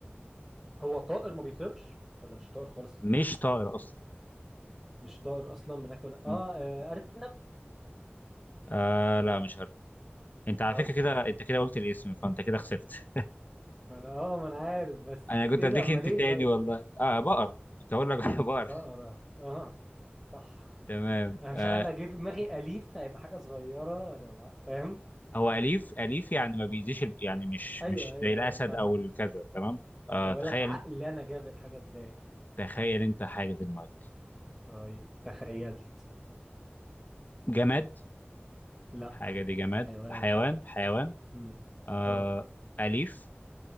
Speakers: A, in the centre; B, on the left.
A: هو طائر ما بيطيرش ولا مش طائر خالص
B: مش طائر أصلا
A: مش طائر أصلا بناكل آه
B: مم.
A: آه، أرنب
B: آه لا مش هرمي أنت
A: بتهزر
B: على فكرة كده أنت كده قلت الاسم فأنت كده خسرت
A: ما انا اه ما انا عارف بس
B: انا كنت
A: ايه
B: اديك
A: ده اما
B: انت
A: ليه
B: تاني
A: طيب
B: والله اه بقر كنت اقول لك <laughs> بقر
A: بقرة اه صح <laughs>
B: تمام
A: انا مش
B: آه
A: عارف اجيب في دماغي اليف هيبقى حاجة صغيرة وهتبقى فاهم
B: هو اليف اليف يعني ما بيأذيش ال- يعني مش
A: ايوه
B: مش
A: ايوه
B: زي الاسد
A: ايوه فاهمة
B: او الكذا تمام آه
A: انا بقول
B: تخيل
A: لك عقلي
B: انت
A: انا جاب الحاجة ازاي
B: تخيل انت حاجه في دماغك
A: طيب تخيلت
B: جماد
A: لا
B: حاجه دي جماد
A: حيوان
B: حيوان حيوان
A: امم
B: آه
A: اه
B: اليف